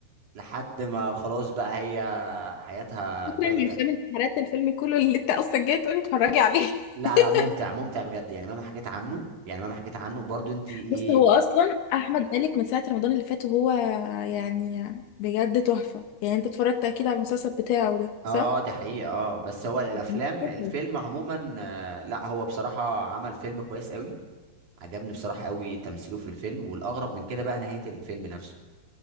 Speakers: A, on the right; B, on the left.
A: لحد ما خلاص بقى هي حياتها
B: فكرة
A: بعدت
B: من افلام انتحارات الفيلم كله اللي انت اصلا جاي تقولي اتفرجي عليه <laughs>
A: لا لا ممتع ممتع بجد يعني مهما حكيت عنه يعني مهما حكيت عنه برضو انت ايه
B: بص هو اصلا احمد مالك من ساعة رمضان اللي فات وهو يعني بجد تحفة يعني انت اتفرجت اكيد على المسلسل بتاعه ده
A: اه
B: صح؟
A: دي حقيقة اه بس هو الافلام
B: جميل جدا
A: الفيلم عموما آه، لا هو بصراحة عمل فيلم كويس قوي عجبني بصراحة قوي تمثيله في الفيلم والاغرب من كده بقى نهاية الفيلم نفسه